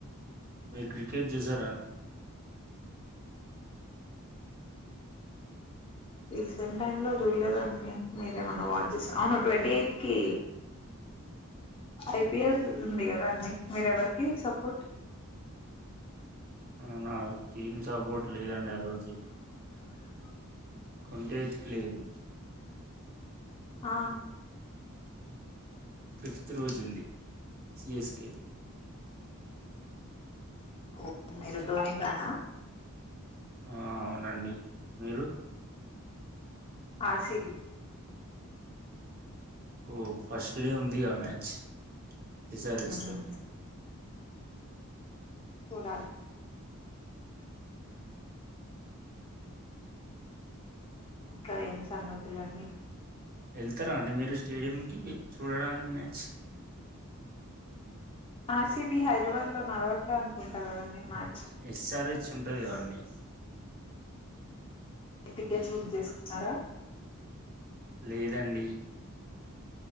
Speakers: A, on the right; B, on the left.
A: మీరు క్రికెట్ చేసారా అ
B: రీసెంట్ టైమ్ లో చూడలేదండి మీరు ఏమన్నా వాచ్ చే అవును ట్వంటీ ఎయిట్ కి ఐపీఎల్ ఉంది కదా అండి మీరు ఎవరికి సపోర్ట్
A: అవునా టీమ్ సపోర్ట్ లేదండి ఆ రోజు కొంటే ఎతుకి లేదు
B: ఆ
A: ఫిఫ్త్ రోజు ఉంది సి ఎస్కే
B: ఓ మీరు దోని ఫ్యాన్ ఆ
A: ఆ అవునండి మీరు
B: ఆర్ సి బి
A: ఓ ఫస్ట్ డే ఉందిగా మ్యాచ్ ఎస్ఆర్హెచ్
B: మ్
A: తో
B: చూడాలి ఇంకా ఏం సంగతులండి
A: వెళ్తారా అండి మీరు స్టేడియం కి చూడడానికి match
B: R C B Hyderabad లో నడవట్లే అనుకుంటా కదండి మ్యాచ్
A: ఎస్ఆర్ <unintelligible> ఉంటది అండి
B: టికెట్స్ బుక్ చేసుకున్నారా
A: లేదండి